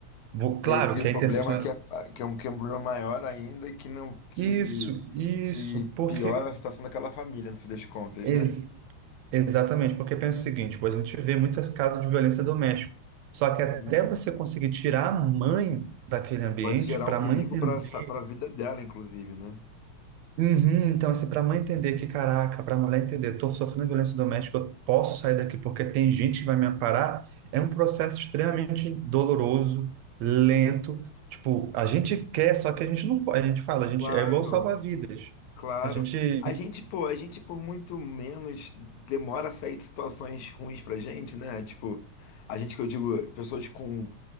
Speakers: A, on the right (about 75°); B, on the left (about 85°).
A: Vou- Claro
B: E aí cria
A: que
B: um
A: a
B: problema
A: intenção é
B: que é, que é um, que é um problema maior ainda e que não, que,
A: isso, isso,
B: que
A: porque.
B: piora a situação daquela família, no fim das contas,
A: ex-
B: né?
A: exatamente, porque pensa o seguinte: pô, a gente vê muitos casos de violência doméstica, só que até
B: Sim, cara.
A: você conseguir tirar a mãe daquele ambiente,
B: Pode gerar
A: para
B: um
A: a
B: perigo
A: mãe entender
B: para para a vida dela, inclusive, né?
A: Uhum, então, assim, para a mãe entender que, caraca, para a mulher entender, eu estou sofrendo violência doméstica, eu posso sair daqui porque tem gente que vai me amparar, é um processo extremamente doloroso, lento. Tipo, a gente quer, só que a gente não pode. A gente fala, a
B: Claro.
A: gente é igual salva-vidas.
B: Claro.
A: A gente.
B: A gente, pô, a gente por muito menos demora a sair de situações ruins pra gente, né? Tipo, a gente que eu digo, pessoas com